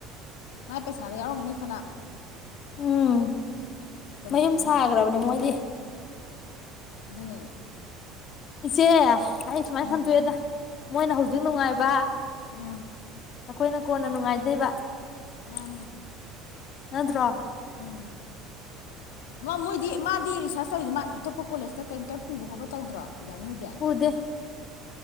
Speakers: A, on the left (about 75°); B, on the left (about 50°).
A: ꯃꯥꯏ ꯄꯩꯁꯥꯗꫭ ꯌꯥꯎꯔꯝꯒꯅꯤ ꯐꯅꯝ
B: ꯎꯝ
A: ꯇꯣꯂꯣꯞꯇꯨꯅ
B: ꯃꯌꯨꯝ ꯁꯥꯈ꯭ꯔꯕꯅꯦ ꯃꯣꯏꯗꯤ
A: ꯑꯗꯨꯅꯦ
B: ꯏꯆꯦ ꯑꯩ ꯁꯨꯃꯥꯏ
A: ꯎꯝ
B: ꯈꯟꯗꯣꯛ ꯑꯦꯗꯥ ꯃꯣꯏꯅ ꯍꯧꯖꯤꯛ ꯅꯨꯡꯉꯥꯏꯕ
A: ꯎꯝ
B: ꯑꯈꯣꯏꯅ ꯀꯣꯟꯅ ꯅꯨꯡꯉꯥꯏꯗꫭꯏꯕ
A: ꯃꯥꯅꯤ
B: ꯅꯠꯇ꯭ꯔꯣ
A: ꯎꯝ ꯃꯥ ꯃꯣꯏꯗꯤ ꯃꯥꯗꯤ ꯔꯤꯁꯥꯔꯁ ꯇꯧꯋꯗꫭ ꯃꯥ ꯑꯇꯣꯞꯄ ꯀꯣꯂꯦꯖꯇ ꯀꯔꯤꯝ ꯀꯔꯤꯝ ꯄꯨꯕ ꯈꯣꯠꯄ ꯇꯧꯗ꯭ꯔꯣ ꯕꯤꯗꯔꯅꯤ ꯍꫭꯏꯗꯤ
B: ꯎꯗꯦ